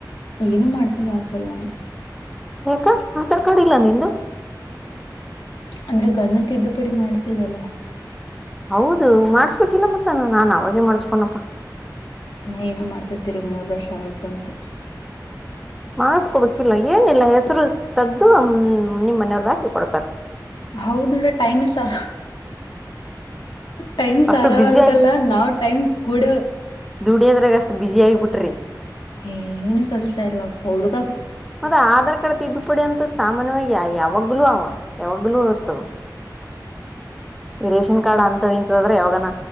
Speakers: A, on the left (about 85°); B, in the centre.
A: ಏನೂ ಮಾಡ್ಸಿಲ್ಲ ಆ ಸಲ ನಾನ್.
B: ಯಾಕ ಆಧಾರ್ ಕಾರ್ಡ್ ಇಲ್ಲ ನಿಂದು.
A: ಅಂದ್ರೆ ಗಂಡನ್ ತಿದ್ದುಪಡಿ ಮಾಡ್ಸಿಲ್ಲಲ್ಲ.
B: ಹೌದು ಮಾಡಸ್ಬೇಕಿಲ್ಲ ಮತ್ತ ನ ನಾನ್ ಅವಾಗೆ ಮಾಡಸ್ಕೊಡ್ನೆಪ್ಪಾ.
A: ನಾ ಏನು ಮಾಡ್ಸಿಲ್ ತಿರಿಗಿ ಮೂರ್ ವರ್ಷ ಆಗಕ್ ಬಂತು.
B: ಮಾಡ್ಸ್ಕೊಬೇಕಿಲ್ಲಾ ಏನಿಲ್ಲ ಹೆಸರು ತಗ್ದು ನಿಮ್ ಮನೆಯವ್ರದ್ ಹಾಕಿ ಕೊಡ್ತಾರ.
A: ಹೌದ್ ಬಿಡ ಟೈಮೆ ಸಾ ಟೈಮ್
B: ಅಷ್ಟು
A: ಸಾರಾವಲ್ತಲ್ಲ
B: ಬಿಸಿ
A: ನಾವು ಟೈಮ್ ಕೂಡ
B: ದುಡಿಯದ್ರಾಗ್ ಅಷ್ಟು ಬಿಜಿ ಆಗ್ಬಿಟ್ರಿ.
A: ಏನು ಕೆಲ್ಸ ಇಲ್ಲಪ್ಪ ಹುಡುಕ್
B: ಮತ್ ಆಧಾರ್ ಕಾರ್ಡ್ ತಿದ್ದುಪಡಿ ಅಂತು ಸಾಮಾನ್ಯವಾಗಿ ಯಾ ಯಾವಾಗ್ ಗ್ಲೂ ಅವ ಯಾವಾಗ್ಲೂ ಇರ್ತದ. ಈ ರೇಷನ್ ಕಾರ್ಡ್ ಅಂತವ್ ಇಂತದ್ರೆ ಯಾವಾಗನ